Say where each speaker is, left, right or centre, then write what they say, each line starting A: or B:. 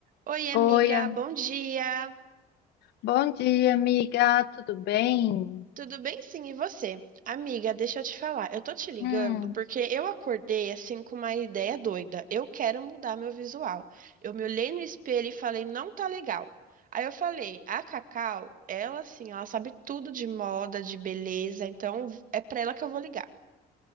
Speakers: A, on the right; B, on the left.
A: Oi, amiga,
B: Oi, am-
A: bom dia.
B: bom dia, amiga. Tudo bem?
A: Tudo bem? Sim, e você? Amiga, deixa eu te falar. Eu tô te ligando
B: Hum.
A: porque eu acordei assim com uma ideia doida. Eu quero mudar meu visual. Eu me olhei no espelho e falei, não tá legal. Aí eu falei, a Cacau, ela assim, ela sabe tudo de moda, de beleza, então é pra ela que eu vou ligar.